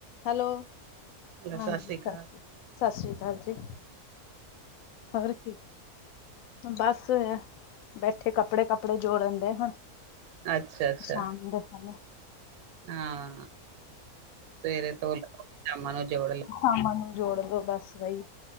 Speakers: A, on the left; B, on the right.
A: Hello
B: hello
A: ਹਾਂਜੀ
B: ਸਤਿ ਸ਼੍ਰੀ ਅਕਾਲ।
A: ਸਤਿ ਸਤਿ ਸ਼੍ਰੀ ਅਕਾਲ ਜੀ ਹੋਰ ਕੀ ਬਸ ਬੈਠੇ ਕੱਪੜੇ ਕੱਪੜੇ ਜੋੜਨ ਦੇਏ ਹਾਂ
B: ਅੱਛਾ, ਅੱਛਾ
A: ਸ਼ਾਮ ਦੇ ਸਮੇ
B: ਹਾਂ ਸਵੇਰੇ ਧੋ ਲਓ ਸ਼ਾਮਾ ਨੂੰ ਜੋੜ ਲ
A: ਸਾਮਾਂ ਨੂੰ ਜੋੜ ਲੋ ਬੱਸ ਬਾਈ